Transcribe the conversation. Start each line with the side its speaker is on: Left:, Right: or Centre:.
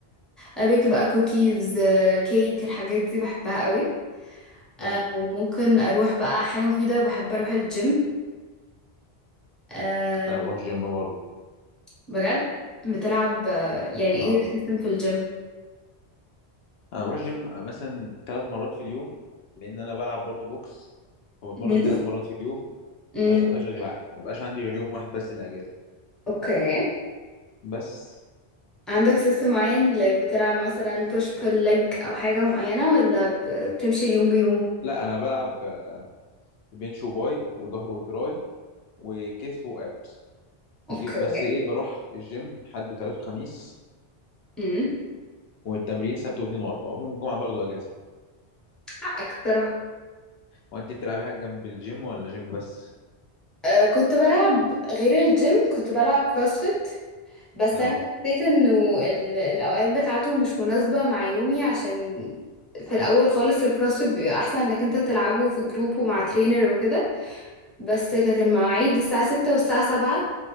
Centre: آه، ابيك بقى كوكيز كيك الحاجات دي بحبها قوي أه
Left: اه
Centre: ممكن اروح بقى حاجة مفيدة بحب اروح الجيم أه
Left: انا بروح جيم برضه
Centre: بجد بتلعب آه، يعني
Left: اه
Centre: ايه السيستم في الجيم
Left: انا بروح جيم مثلا ثلاث مرات في اليوم لان انا بلعب برضه بوكس فبتمرن
Centre: مم.
Left: ثلاث مرات في اليوم
Centre: امم
Left: فانا مبقاش غير ما بقاش عندي غير يوم واحد بس الاجازه
Centre: اوكي
Left: بس
Centre: عندك سيستم معين like بتلعب مثلا push pull leg او حاجة معينة ولا ب- بتمشي اليوم بيومه
Left: لا انا بلعب آه، بنش وباي وظهر وتراي وكتف وابس
Centre: اوكي
Left: ي- بس ايه بروح الجيم حد وثلاث وخميس
Centre: امم
Left: والتمرين سبت واثنين واربعة ويوم الجمعه باخده اجازه
Centre: حقك صراحة
Left: وانت بتلعبي حاجه جنب الجيم ولا جيم بس
Centre: أه كنت بلعب غير الجيم كنت بلعب كروسفيت بس
Left: اه
Centre: انا حسيت انه ال- الاوقات بتاعته مش مناسبة مع يومي عشان في الاول خالص الكروسفيت بيبقى احسن انك انت تلعبه في جروب ومع ترينر وكده بس كانت المواعيد الساعة ستة والساعة سبعة